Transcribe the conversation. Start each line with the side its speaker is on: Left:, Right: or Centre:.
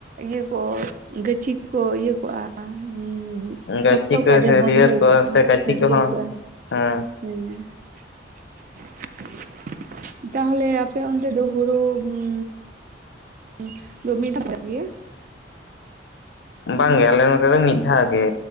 Right: ᱤᱭᱟᱹ ᱠᱚ ᱜᱟᱹᱪᱷᱤ ᱠᱚ ᱤᱭᱟᱹ ᱠᱚᱜᱼᱟ᱾ ᱵᱟᱝ
Left: ᱜᱟᱹᱪᱷᱤ
Right: ᱥᱚᱠᱛᱚ
Left: ᱠᱚ
Right: ᱠᱚᱜ-ᱟ ᱡᱟᱦᱟ
Left: ᱦᱟᱹᱨᱭᱟᱹᱲ
Right: ᱵᱟᱱᱰᱳᱦᱤ
Left: ᱠᱚ
Right: ᱠᱚᱜᱼᱟ, ᱠᱷᱟᱱ
Left: ᱥᱮ ᱜᱟᱹᱪᱷᱤ
Right: ᱦᱟᱹᱨᱤᱭᱟᱹ
Left: ᱠᱚᱦᱚᱸ
Right: ᱠᱚᱜᱼᱟ᱾
Left: ᱦᱮᱸ
Right: ᱦᱮᱸ ᱛᱟᱦᱚᱞᱮ ᱟᱯᱮ ᱚᱱᱛᱮ ᱫᱚ ᱦᱩᱲᱳ ᱩᱸᱻ᱾ <unintelligible> <unintelligible> <unintelligible>
Left: ᱵᱟᱝᱜᱮ ᱟᱞᱮ ᱱᱚᱛᱮ ᱫᱚ ᱢᱤᱫ ᱫᱷᱟᱣ ᱜᱮ᱾